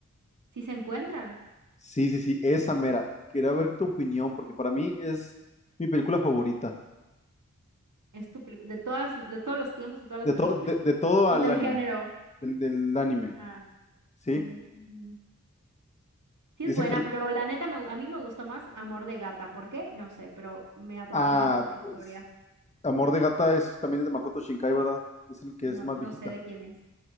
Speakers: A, on the right; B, on the left.
A: sí se encuentran.
B: sí, sí, sí, esa mera. Quería ver tu opinión, porque para mí es mi película favorita.
A: Es tu pelicu- de todas, de todos los tiempos, de todas las
B: De,
A: películas.
B: todo de,
A: <laughs>
B: de todo
A: O
B: el
A: del
B: anime.
A: género.
B: Del, del anime,
A: Ah.
B: ¿sí?
A: mm, mm. Sí
B: Dice
A: es buena,
B: que...
A: pero la neta me gu- a mí me gustó más Amor de Gata. ¿Por qué? No sé, pero me atrapó
B: Ah,
A: más esa historia.
B: pues, Amor de Gata es, también es de Makoto Shinkai, ¿verdad? Es el que
A: No,
B: es más
A: no
B: viejita.
A: sé de quién es.